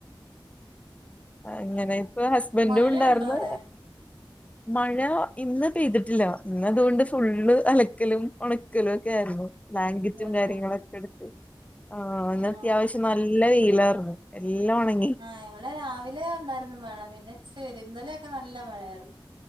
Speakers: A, on the left; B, on the right.
A: അങ്ങനെ ഇപ്പൊ ഹസ്ബൻഡും
B: മഴയുണ്ടോ
A: ഉണ്ടാർന്ന്
B: അവിടെ
A: മഴ ഇന്ന് പെയ്തിട്ടില്ല ഇന്ന് അതോണ്ട് ഫുള്ള് അലക്കലും ഒണക്കലും ഒക്കെ ആരുന്നു ബ്ലാങ്കെറ്റും
B: നല്ല
A: കാര്യങ്ങളൊക്കെ എടുത്ത് ആഹ് ഇന്ന്
B: ആഹ്
A: അത്യാവശ്യം ന- ല്ല വെയിലാർന്നു എല്ലാം ഉണ-
B: ആഹ് ഇവിടെ രാവിലെ ഉണ്ടായിരുന്നു മഴ പിന്നെ ഇച്ചി വെയിൽ ഇന്നലെ ഒക്കെ നല്ല മഴയാരുന്നു